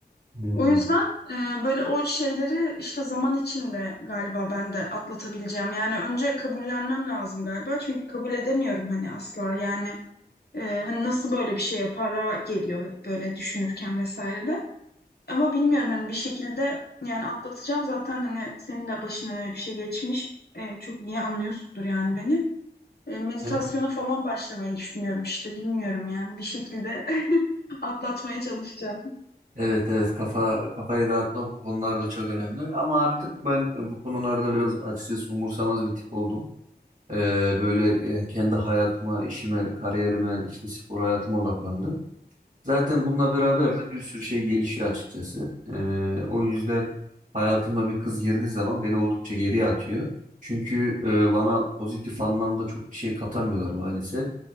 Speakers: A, on the right; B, on the left.
A: Hmm.
B: O yüzden e, böyle o şeyleri işte zaman içinde galiba ben de atlatabileceğim. Yani önce kabullenmem lazım galiba. Çünkü kabul edemiyorum hani asla. Yani e, hani nasıl böyle bir şey yapara geliyor hep böyle düşünürken vesaire de. Ama bilmiyorum hani bir şekilde yani atlatacağım. Zaten hani senin de başına öyle bir şey geçmiş. E, çok iyi anlıyorsundur yani beni. E, meditasyona
A: E,
B: falan başlamayı düşünüyorum işte. Bilmiyorum yani bir şekilde <laughs> atlatmaya çalışacağım.
A: Evet evet kafa kafayı dağıtmak bu konularda çok önemli ama artık ben e, bu konularda biraz açıkçası umursamaz bir tip oldum. Ee, böyle e, kendi hayatıma, işime, kariyerime, işte spor hayatıma odaklandım. Zaten bununla beraber de bir sürü şey gelişiyor açıkçası. Ee, o yüzden hayatıma bir kız girdiği zaman beni oldukça geriye atıyor. Çünkü e, bana pozitif anlamda çok bir şey katamıyorlar maalesef.